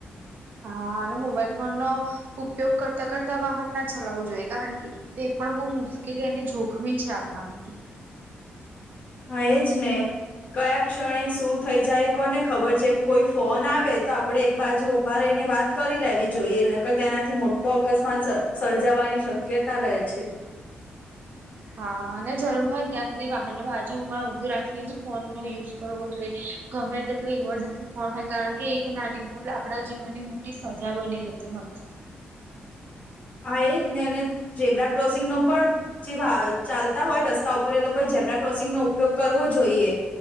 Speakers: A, on the right; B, on the left.
A: હા અને મોબાઈલ ફોન નો ઉપયોગ કરતા કરતા વાહન ના ચલાવવું જોઈએ કારણ કે તે પણ બહુ મુશ્કેલી અને જોખમી છે આપણા માટે
B: હા એજ ને કયા ક્ષણે શું થઈ જાય કોને ખબર છે કોઈ ફોન આવે તો આપડે એક બાજુ ઊભા રહીને વાત કરી લેવી જોઈએ નકર તેનાથી મોટો અકસ્માત સર્જ સર્જાવાની શક્યતા રહે છે.
A: હા અને જરૂર હોય ને ત્યાં સુધી વાહન બાજુમાં ઊભું રાખીને જ ફોન નો યુઝ કરવો જોઈએ. ગમે તેટલી ઇમરજન્સી હ હોય કારણ કે એક નાની ભૂલ આપડા જીવનની મોટી સજા બની જતી હોય છે.
B: આ એજ ને અને ઝેબ્રા ક્રોસિંગ નો પણ જે વા ચાલતા હોય રસ્તા ઉપર એ લોકોએ ઝેબ્રા ક્રોસિંગ નો ઉપયોગ કરવો જોઈએ.